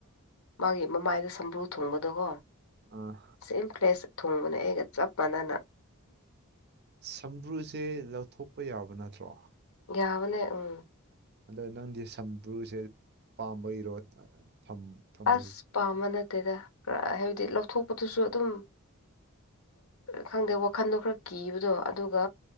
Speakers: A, on the left; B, on the right.
A: ꯃꯥꯒꯤ ꯃꯃꯥꯏꯗ ꯁꯝꯕ꯭ꯔꯨ ꯊꯣꯡꯕꯗꯒꯣ
B: ꯑꯥ
A: ꯁꯦꯝ ꯄ꯭ꯔꯦꯁ ꯊꯣꯡꯕꯅꯦ ꯑꯩꯒ ꯆꯞ ꯃꯥꯟꯅꯅ
B: ꯁꯝꯕ꯭ꯔꯨꯁꯦ ꯂꯧꯊꯣꯛꯄ ꯌꯥꯕ ꯅꯠꯇ꯭ꯔꯣ
A: ꯌꯥꯕꯅꯦ ꯎꯝ
B: ꯑꯗꯣ ꯅꯪꯗꯤ ꯁꯝꯄ꯭ꯔꯨꯁꯦ ꯄꯥꯝꯕꯒꯤꯔꯣ ꯊꯝ ꯊꯝꯕꯁꯦ
A: ꯑꯁ ꯄꯥꯝꯕ ꯅꯠꯇꯦꯗ ꯈꯔ ꯍꯥꯏꯕꯗꯤ ꯂꯧꯊꯣꯛꯄꯗꯨꯁꯨ ꯑꯗꯨꯝ ꯈꯪꯗꯦ ꯋꯥꯈꯟꯗꯣ ꯈꯔ ꯀꯤꯕꯗꯣ ꯑꯗꯨꯒ